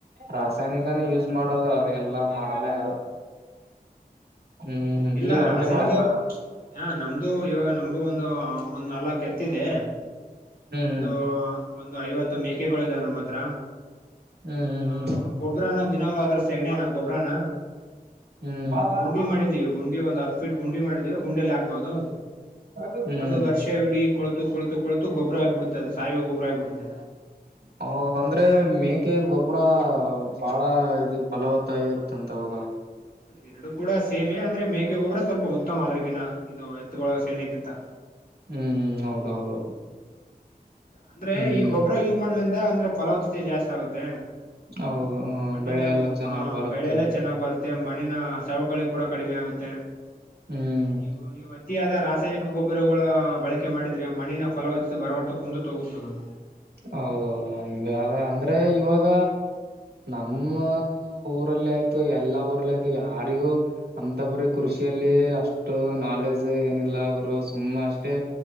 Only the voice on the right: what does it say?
ರಾಸಾಯನಿಕನ ಯೂಸ್ ಮಾಡೋದು ಅದು ಎಲ್ಲ ಮಾಡಲ್ಲ ಯಾರು ಹ್ಮ್
ನೀವ್ ಹಂಗೆ
ಮಾಡ್ತೀರಾ
ಹ್ಮ್
ಹ್ಮ್
ಹ್ಮ್ ಹ್ಮ್ ಹ್ಮ್
ಹ್ಮ್
ಹ್ಮ್
ಹ್ಮ್
ಹ ಅಂದ್ರೆ ಮೇಕೆ ಗೊಬ್ಬರ ಬಾಳ ಇದು ಫಲವತ್ತಗರುತ್ತಂತ ಹೌದಾ
ಹ್ಮ್ ಹ್ಮ್ ಹೌದೌದೌದು
ಹ್ಮ್
ಹೌದು ಹ
ಬೆಳೆ ಎಲ್ಲ ಚೆನ್ನಾಗ್
ಬರುತ್ತೆ
ಹ್ಮ್
ಹೌದೌದು ಹಂಗಗೆ ಅಂದ್ರೆ ಇವಾಗ ನಮ್ಮ ಊರಲ್ಲಿ ಆಯ್ತು ಎಲ್ಲಾ ಊರಲ್ಲಿ ಆಯ್ತು ಯಾರಿಗೂ ಅಂತ ಬ್ರ ಕೃಷಿಯಲ್ಲಿ ಅಷ್ಟು ನಾಲೆಜ್ ಏನಿಲ್ಲ ಗುರು ಸುಮ್ಮ ಅಷ್ಟೇ